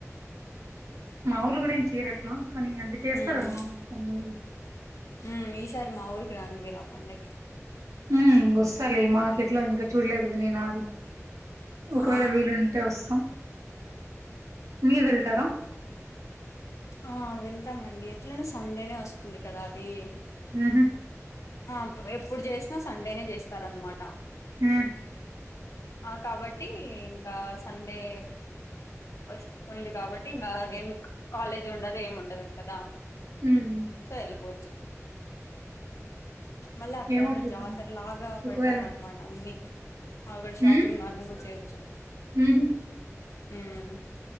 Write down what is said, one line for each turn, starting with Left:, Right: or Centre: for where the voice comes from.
Right: మాఊలు గుడా ఏం చేయరట్లా కానీ అంత చేస్తారు
Left: ఉమ్
Right: కదా మామలు కొన్ని
Left: ఉమ్ ఈసారి మా ఊర్కి రాండ్ మీరా ఆ పండక్కి
Right: ఇ ఒస్తాలె ఈ మార్కెట్ లో ఇంకా చూడలేదు గదా నేను అది ఒకవేళ
Left: ఆ
Right: వీలుంటే ఒస్తా మీరు వెళ్తరా
Left: ఆ వెళ్దామండి ఎట్లనా సండేనే ఒస్తుంది కదా అది
Right: ఉహు
Left: అ ఎప్పుడు జీష్నా సండేనే జేస్తారనమాట
Right: ఉమ్
Left: ఆ కాబట్టి ఇంకా సండే ఒస్తుంది కాబట్టి ఇం బ ఏం కాలేజ్ ఉండదు ఏమ్ ఉండదు కదా
Right: ఉమ్
Left: సో వెల్పోచ్చు మళ్ళ అక్కడంత
Right: ఏమో చూద్దాం
Left: జాతర లాగా పెడ్తారనమాట
Right: ఒకవేళ
Left: అన్నీ ఆగడ షాపింగ్
Right: ఉమ్
Left: మాళని కూడ చేయచ్చు
Right: ఉహు
Left: ఉమ్